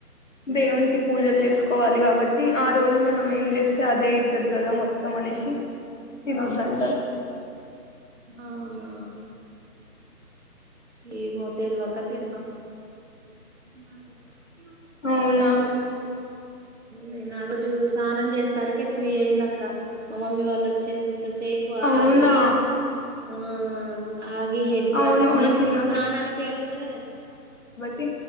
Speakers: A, on the left; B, on the right.
A: దేవునికి పూజలు చేసుకోవాలి కాబట్టి ఆ రోజు మనం ఏం చేస్తే అదే అయితది గదా మొత్తం అనేశి తినొద్దంటరు
B: అవునా ఏమో తెల్వక తిన్నం <inaudible>
A: అవునా
B: నేను ఆ రోజు స్నానం చేస్తారకే త్రీ అయిందక్క మా మమ్మీ వాళ్ళు వచ్చేంతసేపు
A: అవునా
B: ఆగి ఆ ఆగి హెడ్ బాత్
A: అవునవును
B: నేను
A: చిన్న
B: స్నానానికి ఎళ్తే
A: తి